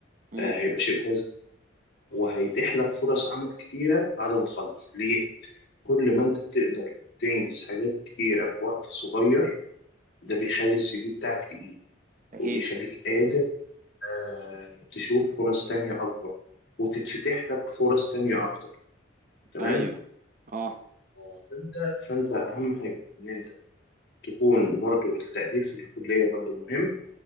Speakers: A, on the right; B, on the left.
A: امم
B: آه، هيبقى شيء كويس وهيتيح لك فرص عمل كتيرة بعد ما تخلص ليه؟ كل ما انت بتقدر تنجز حاجات كتيرة في وقت صغير ده بيخلي السي في بتاعك تقيل
A: اكيد
B: وبيخليك قادر آه، تشوف فرص تانية أكبر وتتفتح لك فرص تانية أكتر تمام
A: ايوه اه
B: آه، فأنت فأنت أهم حاجة إن أنت تكون برضو التقدير في الكلية برضو مهم